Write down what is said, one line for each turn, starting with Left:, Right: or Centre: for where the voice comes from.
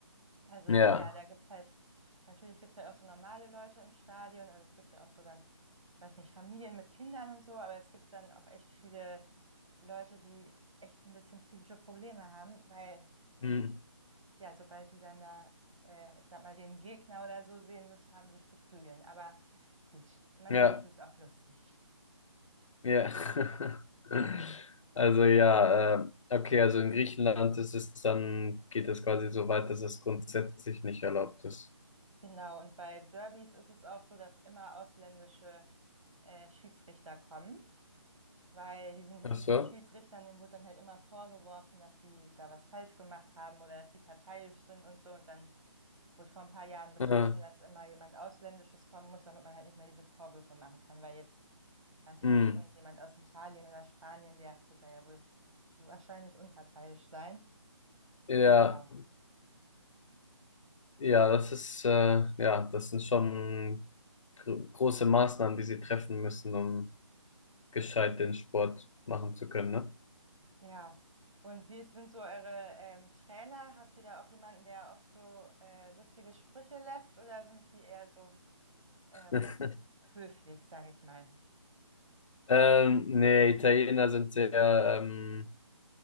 Right: Also
Left: Ja.
Right: ja, da gibt's halt, natürlich gibt's ja halt auch so normale Leute im Stadion Also es gibt ja auch so dann, weiß nicht, Familien mit Kindern und so, aber es gibt dann auch echt viele Leute, die echt ein bisschen psychische Probleme haben, weil die,
Left: Hm.
Right: ja, sobald die dann da, äh, ich sag mal, den Gegner oder so sehen, Lust haben, sich zu prügeln. Aber gut, manchmal
Left: Ja.
Right: ist es auch lustig.
Left: Ja. <laughs> Also ja, äh, okay, also in Griechenland ist es dann, geht es quasi so weit, dass es grundsätzlich nicht erlaubt ist.
Right: Genau, und bei Derbys ist es auch so, dass immer ausländische äh, Schiedsrichter kommen. Weil diesen griechischen
Left: Ach so?
Right: Schiedsrichtern, dem wurde dann halt immer vorgeworfen, dass die da was falsch gemacht haben oder dass die parteiisch sind und so. Und dann wurde vor ein paar Jahren beschlossen,
Left: Äh,
Right: dass immer jemand Ausländisches kommen muss, damit man halt nicht mehr diese Vorwürfe machen kann. Weil jetzt, weiß ich
Left: hm.
Right: nicht, irgendjemand aus Italien oder Spanien, der wird da ja wohl wahrscheinlich unparteiisch sein.
Left: Ja,
Right: Genau.
Left: ja, das ist, äh, ja, das sind schon gro- große Maßnahmen, die sie treffen müssen, um gescheit den Sport machen zu können, ne?
Right: Ja. Und wie sind so eure ähm, Trainer? Habt ihr da auch jemanden, der oft so äh, lustige Sprüche lässt oder sind die eher so ähm,
Left: <laughs>
Right: höflich, sage ich mal?
Left: Ähm, nee, Italiener sind sehr ähm,